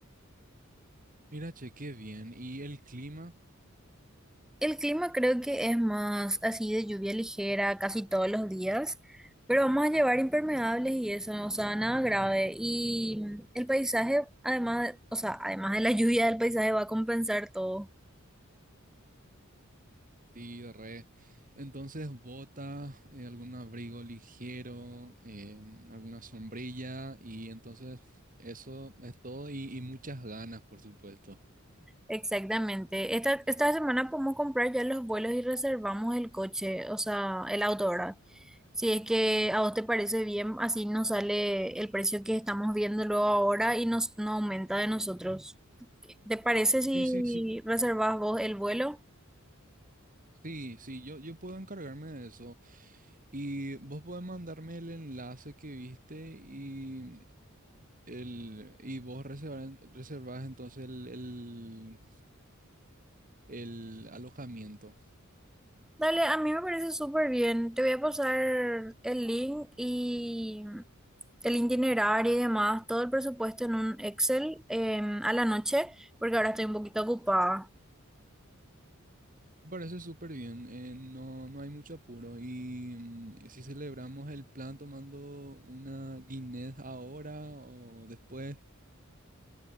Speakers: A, on the right; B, in the centre.
A: Mira, che, qué bien. ¿Y el clima?
B: El clima creo que es más así de lluvia ligera casi todos los días, pero vamos a llevar impermeables y eso, o sea, nada grave. Y el paisaje, además, o sea, además de la <laughs> lluvia, el paisaje va a compensar todo.
A: Sí, re. Entonces, bota, eh, algún abrigo ligero, eh, alguna sombrilla y entonces eso es todo y, y muchas ganas, por supuesto.
B: Exactamente. Esta, esta semana podemos comprar ya los vuelos y reservamos el coche, o sea, el auto, ¿verdad? Si es que a vos te parece bien, así nos sale el precio que estamos viéndolo ahora y nos, no aumenta de nosotros. ¿Te parece si
A: Sí, sí, sí.
B: reservas vos el vuelo?
A: Sí, sí, yo, yo puedo encargarme de eso. Y vos podés mandarme el enlace que viste y, el, y vos reservar- reservás entonces el, el, el alojamiento.
B: Dale, a mí me parece súper bien. Te voy a pasar el link y el itinerario y demás, todo el presupuesto en un Excel em, a la noche, porque ahora estoy un poquito ocupada.
A: Me parece súper bien, eh, no, no hay mucho apuro y mm, si celebramos el plan tomando una Guinness ahora o después,